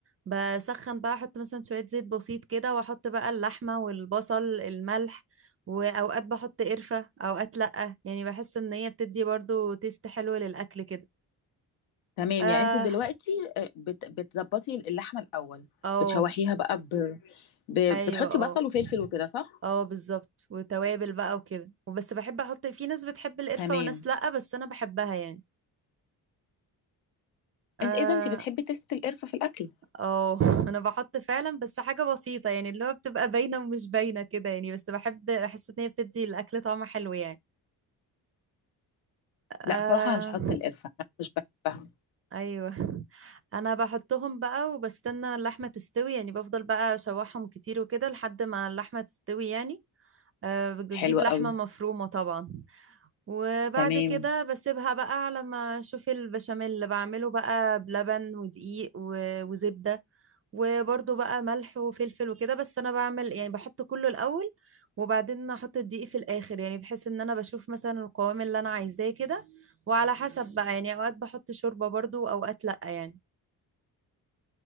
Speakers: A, on the right; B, on the left.
A: بسخن بقى احط مثلا شوية زيت بسيط كده واحط بقى اللحمة والبصل الملح واوقات بحط قرفة اوقات لأ يعني بحس ان هي بتدي برضو تيست حلو للاكل كده
B: تمام
A: اه
B: يعني انت دلوقتي آه، بت- بتظبطي اللحمه الاول
A: اه
B: بتشوحيها بقى ب... ب...
A: ايوه
B: بتحطي
A: اه
B: بصل وفلفل وكده صح
A: اه بالظبط وتوابل بقى وكده وبس بحب احط في ناس بتحب القرفة
B: تمام
A: وناس لأ بس انا بحبها يعني اه
B: انت ايه ده انت بتحبي تست القرفه في الاكل
A: اه <laughs> انا بحط فعلا بس حاجة بسيطة يعني اللي هو بتبقى باينة ومش باينة كده يعني بس بحب بحس ان هي بتدي الاكل طعم حلو يعني آه
B: لا صراحه انا مش هحط القرفه انا مش بحبها
A: ايوه <laughs> انا بحطهم بقى وبستنى اللحمه تستوي يعني بفضل بقى اشوحهم كتير وكده لحد ما اللحمه تستوي يعني أه بجيب
B: حلوه
A: لحمه
B: قوي
A: مفرومه طبعا وبعد
B: تمام
A: كده بسيبها بقى على ما اشوف البشاميل اللي بعمله بقى بلبن ودقيق و- وزبدة وبرضو بقى ملح وفلفل وكده بس انا بعمل يعني بحط كله الاول وبعدين احط الدقيق في الاخر يعني بحيث ان انا بشوف مثلا القوام اللي انا عايزاه كده وعلى حسب بقى يعني اوقات بحط شوربة برضو واوقات لا يعني